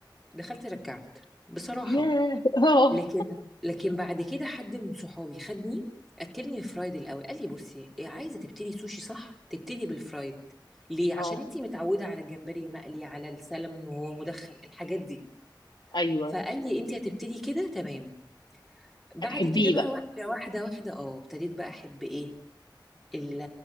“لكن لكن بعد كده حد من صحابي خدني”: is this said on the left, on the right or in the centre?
Centre